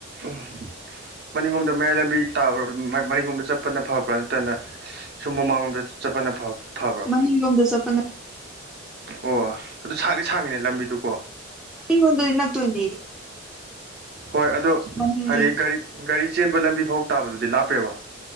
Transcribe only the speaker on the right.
ꯎꯝ ꯃꯅꯤꯡꯒꯣꯝꯗ ꯃꯌꯥꯏ ꯂꯝꯕꯤ ꯇꯥ ꯃꯅꯤꯡꯔꯣꯝꯗ ꯆꯠꯄꯅ ꯐꯕ꯭ꯔꯥ ꯅꯠꯇꯔꯅ ꯁꯣꯝ ꯃꯃꯥꯥꯡꯔꯣꯝꯗ ꯆꯦꯄꯅ ꯐꯥꯕꯔꯥ ꯐꯕ꯭ꯔꯣ
ꯑꯣ ꯑꯗꯨ ꯁꯥꯡꯗꯤ ꯁꯥꯡꯉꯤꯅꯦ ꯂꯝꯕꯤꯗꯨꯀꯣ
ꯍꯣꯏ ꯑꯗꯣ
ꯍꯥꯏꯗꯤ ꯒꯥꯔꯤ ꯒꯥꯔꯤ ꯆꯦꯟꯕ ꯂꯝꯕꯤ ꯐꯥꯎ ꯇꯥꯕꯗꯨꯗꯤ ꯂꯥꯞꯄꯦꯕ